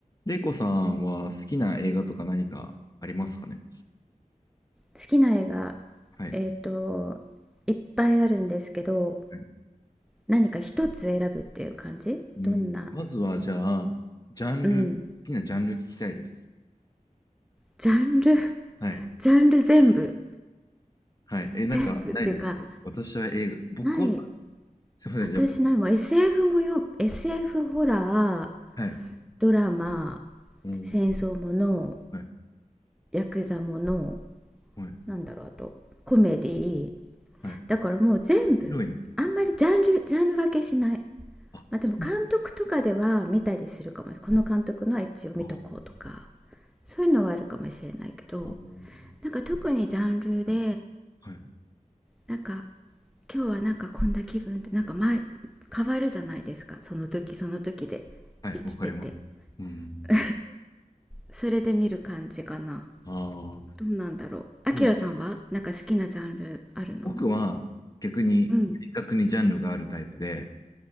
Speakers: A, on the left; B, in the centre.
A: レイコさんは好きな映画とか何かありますかね
B: 好きな映画、
A: はい。
B: えっ、と、いっぱいあるんですけど、
A: はい
B: 何か一つ選ぶっていう感じどんな、
A: うん、まずは、じゃあ、ジャンル、
B: うん、
A: 好きなジャンル聞きたいです。
B: ジャンル
A: はい。
B: <laughs>、ジャンル全部、
A: はい。え、なんか、
B: 全部っていうか、
A: ないですか私は映画、僕は、
B: ない、
A: すみません、
B: 私ないもん
A: じゃあ、僕
B: SF もよ、SF ホラー、
A: はい。
B: ドラマ、
A: うん。
B: 戦争もの、
A: はい。
B: ヤクザもの、
A: はい。
B: なんだろう、あと、コメディー
A: はい。
B: だからもう全部、
A: 広いな。
B: あんまりジャンル、ジャンル分けしない。
A: あ、
B: まあ、でも監督とかでは見たりするかもこの監督のは一応見とこうとか
A: そうだ。あー
B: そういうのはあるかもしれないけど
A: あ。
B: なんか特にジャンルで
A: はいはい。
B: なんか今日はなんかこんな気分ってなんか前変わるじゃないですかその時その時で
A: はい。
B: 生きてて
A: わかります。うん。
B: <laughs> それで見る感じかな
A: ああ。
B: どうなんだろうあきらさんはなんか好きなジャンルあるの
A: もう、僕は、逆に、
B: うん
A: 明確にジャンルがあるタイプで、